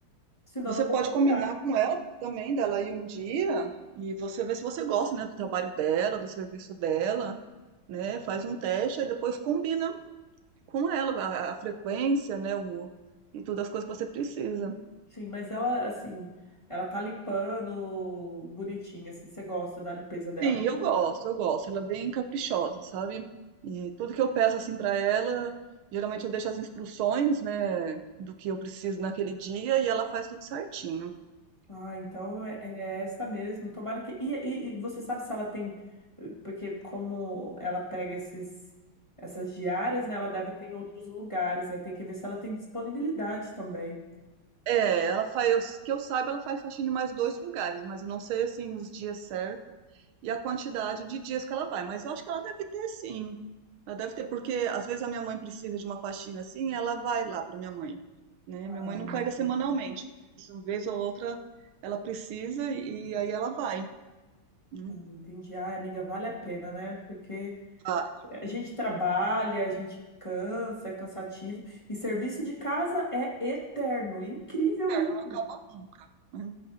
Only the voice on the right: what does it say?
você
pode
combinar com ela também, dela ir um dia e você ver se você gosta, né, do trabalho dela, do serviço dela, né? Faz um teste e depois combina com ela a, a frequência, né, o, e todas as coisas que você precisa.
Sim, eu gosto, eu gosto. Ela é bem caprichosa, sabe? E tudo que eu peço assim pra ela, geralmente eu deixo as instruções, né, do que eu preciso naquele dia e ela faz tudo certinho.
É, ela faz, que eu saiba, ela faz faxina em mais dois lugares, mas eu não sei assim os dias certos e a quantidade de dias que ela vai, mas eu acho que ela deve ter sim. Ela deve ter, porque às vezes a minha mãe precisa de uma faxina assim, ela vai lá para minha mãe, né?
Minha mãe não pega
semanalmente, mas uma vez ou outra ela precisa e aí ela vai. né?
Vai,
cara,
não acaba nunca. né?